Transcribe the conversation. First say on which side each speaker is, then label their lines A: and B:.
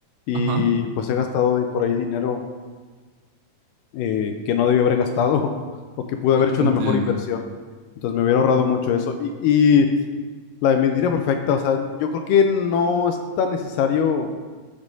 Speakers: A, on the left; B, on the right.
A: y
B: Ajá,
A: pues he gastado ahí por ahí dinero eh, que no debía haber gastado <laughs> o que pude haber
B: e-
A: hecho una
B: entiendo.
A: mejor inversión. Entonces me hubiera ahorrado mucho eso. Y, y la mentira perfecta, o sea, yo creo que no es tan necesario